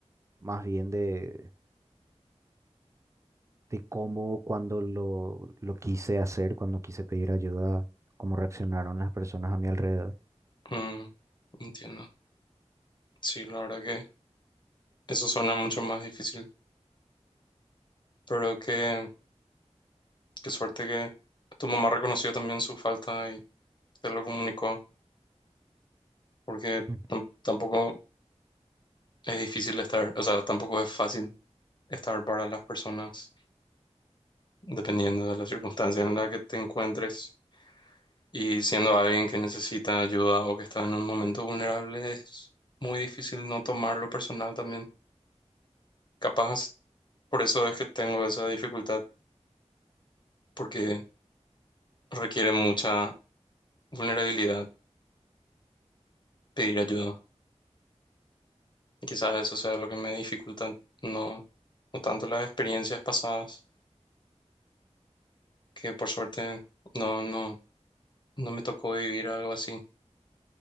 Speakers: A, on the right (about 25°); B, on the left (about 40°).
A: más bien de, de cómo cuando lo, lo quise hacer, cuando quise pedir ayuda, cómo reaccionaron las personas a mi alrededor.
B: Mm, entiendo. Sí, la verdad que eso suena mucho más difícil, pero qué, qué suerte que tu mamá reconoció también su falta y te lo comunicó, porque
A: Mm.
B: tam- tampoco es difícil estar, o sea, tampoco es fácil estar para las personas, dependiendo de la circunstancia en la que te encuentres. Y siendo alguien que necesita ayuda o que está en un momento vulnerable, es muy difícil no tomarlo personal también. Capaz, por eso es que tengo esa dificultad, porque... requiere mucha vulnerabilidad pedir ayuda. Y Quizás eso sea lo que me dificulta, no, no tanto las experiencias pasadas, que por suerte no, no, no me tocó vivir algo así.